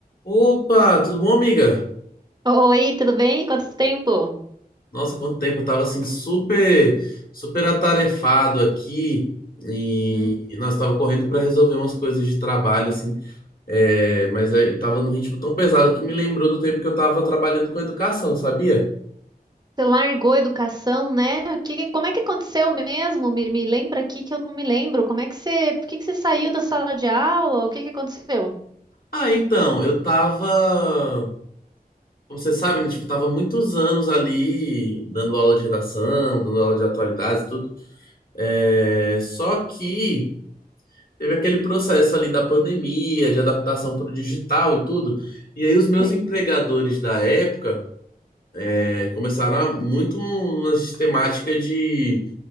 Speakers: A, on the left; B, on the right.
A: Opa, tudo bom, amiga?
B: Oi, tudo bem? Quanto tempo?
A: Nossa, quanto tempo, eu tava assim super, super atarefado aqui e
B: Uhum.
A: nós tava correndo pra resolver umas coisas de trabalho assim, é, mas aí eu tava num ritmo tão pesado que me lembrou do tempo que eu tava trabalhando com educação, sabia?
B: Você largou a educação, né? O Que, como é que aconteceu mesmo? Me, me lembra aqui que eu não me lembro. Como é que você, por que que você saiu da sala de aula? O que que aconteceu?
A: Ah, então, eu tava, como você sabe, né, tipo, eu tava muitos anos ali dando aula de redação, dando aula de atualidades e tudo. É, só que Teve aquele processo ali da pandemia, de adaptação para o digital e tudo. E aí os meus
B: Sei.
A: empregadores da época eh, começaram a- muito uma sistemática de,